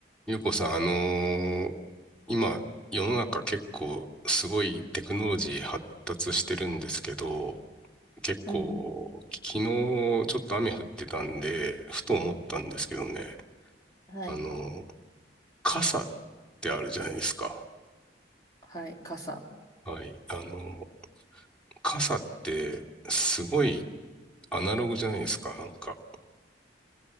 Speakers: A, in the centre; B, on the left.
A: ゆうこさん、あのー今、世の中結構すごいテクノロジー発達してるんですけど、結構、
B: うん。
A: 昨日ちょっと雨降ってたんで、ふと思ったんですけどね、
B: はい。
A: あのー傘ってあるじゃないですか。
B: はい。傘。
A: はい。あのー傘ってすごいアナログじゃないですか、なんか。